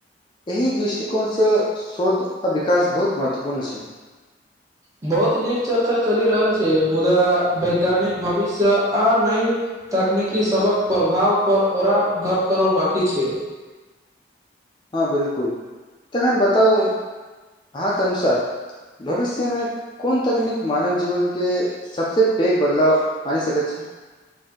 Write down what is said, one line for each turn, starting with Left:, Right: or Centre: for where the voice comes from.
Left: एहि दृष्टिकोण से शोध आ विकास बहुत महत्वपूर्ण छै
Right: बहुत नीक चर्चा चलि रहल छै मुदा वैज्ञानिक भविष्य आ नै तकनीकी सबक प्रभाव पर ओरा गप कर बाकी छै
Left: हँ बिलकुल तखन बताउ अहाँके अनुसार भविष्यमे कोन तकनीक मानव जीवनके सबसँ पैघ बदलाव आन सकैत छै